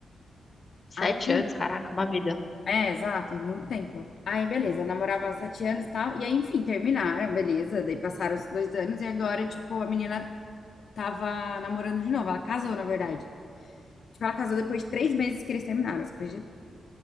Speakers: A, on the left; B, on the left.
A: Sete
B: Aí,
A: anos, caraca, uma vida.
B: é, exato, muito tempo. Aí, beleza, namorava há sete anos e tal. E aí, enfim, terminaram, beleza. Daí passaram os dois anos e agora, tipo, a menina tava namorando de novo. Ela casou, na verdade. Tipo, ela casou depois de três meses que eles terminaram, você acredita?